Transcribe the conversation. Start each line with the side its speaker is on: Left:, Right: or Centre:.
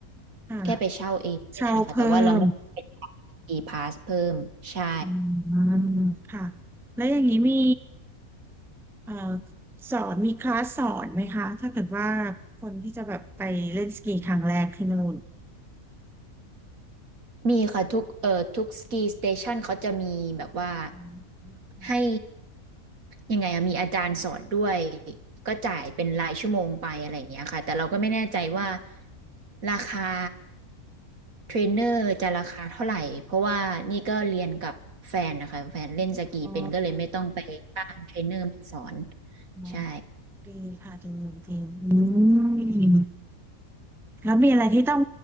Centre: ค่ะ
Right: แค่ไปเช่าเองก็ได้นะคะแต่ว่าเราไม่ไป
Centre: เช่าเพิ่ม
Right: อีพาสเพิ่มใช่
Centre: อืมค่ะแล้วอย่างนี้มีเอ่อสอนมีคลาสสอนไหมคะถ้าเกิดว่าคนที่จะแบบไปเล่นสกีครั้งแรกที่นู่น
Right: มีค่ะทุกเอ่อทุกสกีสเตชันเขาจะมีแบบว่า
Centre: อืม
Right: ให้ยังไงอะมีอาจารย์สอนด้วยก็จ่ายเป็นรายชั่วโมงไปอะไรอย่างเงี้ยค่ะแต่เราก็ไม่แน่ใจว่าราคาเทรนเนอร์จะราคาเท่าไหร่เพราะว่านี่ก็เรียนกับแฟนนะคะแฟนเล่นสกีเป็นก็เลยไม่ต้องไปจ้างเทรนเนอร์มาสอน
Centre: อ๋ออ๋อ
Right: ใช่
Centre: ดีค่ะดีดีอืม แล้วมีอะไรที่ต้อง